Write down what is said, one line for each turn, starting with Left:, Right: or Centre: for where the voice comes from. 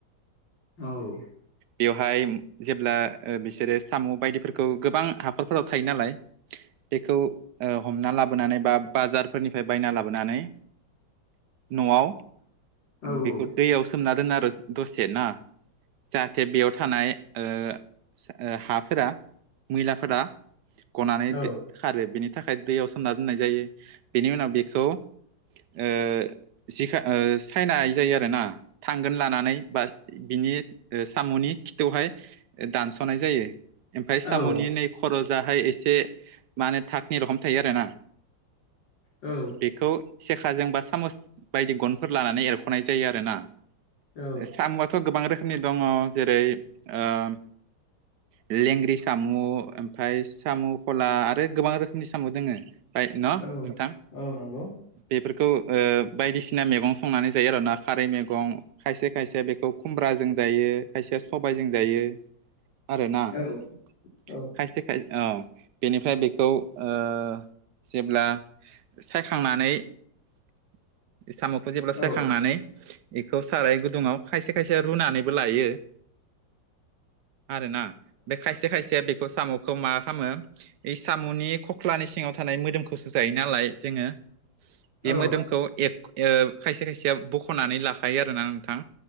Left: औ।
Right: बेवहाय जेब्ला ओ बिसोरो साम' बायदिफोरखौ गोबां हाखरफोराव थायो नालाय बेखौ ओ हमना लाबोनानै बा बाजारफोरनिफ्राय बायना लाबोनानै न'आव
Left: औ
Right: बेखौ दैयाव सोमना दोनो आरो दसे ना जाहाथे बेयाव थानाय ओ ओ हाफोरा मैलाफोरा गनानै
Left: औ
Right: खारो बिनि थाखाय दैयाव सोमना दोननाय जायो बेनि उनाव बेखौ ओ जिखा ओ साइना जायो आरोना थांगोन लानानै बा बिनि ओ साम'नि खिथौहाय दानस'नाय जायो ओमफ्राय साम'नि
Left: औ
Right: नै खरजाहाय एसे माने थाकनि रखोम थायो आरो ना
Left: औ
Right: बेखौ सेखाजों बा सामस बायदि गनफोर लानानै एरख'नाय जायो आरोना
Left: औ
Right: साम'आथ' गोबां रोखोमनि दङ जेरै ओम लेंग्रि साम' ओमफ्राय साम' खला आरो गोबां रोखोमनि साम' दोङो फ्राय न
Left: औ
Right: नोंथां
Left: औ नंगौ
Right: बेफोरखौ ओ बायदिसिना मैगं संनानै जायो आर' ना खारै मैगं खायसे खायसे बेखौ खुमब्राजों जायो खायसेया सबायजों जायो आरोना
Left: औ औ
Right: खायसे खाय औ बेनिफ्राय बेखौ ओ जेब्ला सायखांनानै <inaudible> साम'खौ जेब्ला
Left: औ
Right: सायखांनानै बेखौ साराय गुदुङाव खायसे खायसे रुनानै बो लायो आरोना खायसे खायसेया बे खौ साम'खौ मा खामो बे साम'नि खख्लानि सिङाव थानाय मोदोमखौसो जायो नालाय जोङो
Left: औ
Right: बे मोदोमखौ एर ओ खायसे खायसेया बख'नानै लाखायो आरोना नोंथां